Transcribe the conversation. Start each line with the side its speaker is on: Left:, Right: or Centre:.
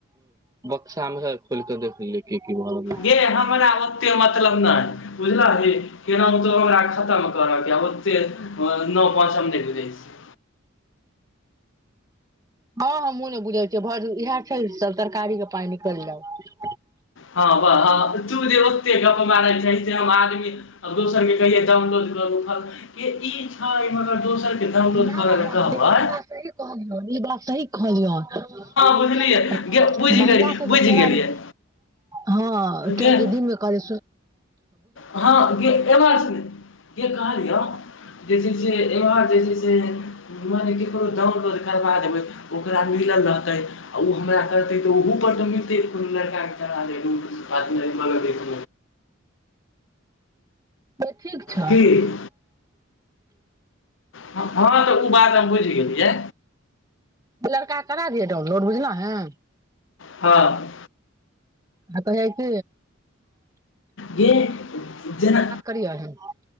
Right: साम खोलिकऽ देख खोल की रहलै
Left: ये हमराबते मतलब नहि बुझल हे केना हमरा खतम कर न पाँ स हम देखू जाइ छै
Right: हँ हमूँ ने बुझल छियै भ इएह छै सब तरकारी के पाइ निकललहु
Left: हँाह दे ओते गप मारै छै आदमी दोसरके ई दोसरके डाउनलोड
Right: नहि
Left: करऽ लए कहबै
Right: लेकिन ई बात सही कहलियौन ई बात सही हँ जी हँ
Left: बुझलियै गे बुझि
Right: महिला
Left: गेलियै
Right: सबके
Left: बुझि
Right: फेरामे
Left: गेलियै
Right: हँ कियकि
Left: गे
Right: दिनमे करै
Left: हँ एहिबार से नहि जे कहलियै जे छै से एहिबार जे छै से मने ककरो दान करबा देबै ओकरा मिलल रहतै आ ओ हमरा करतै तऽ ओहपर तऽ मिलतै को लड़काके त
Right: से ठीक छौ
Left: ही हँ तऽ ओ बात हम बुझि गेलियै
Right: लड़का करा दिय ोम लोड बुझना है
Left: हँ
Right: ह तऽ हइ क
Left: ग जेना
Right: करियहैं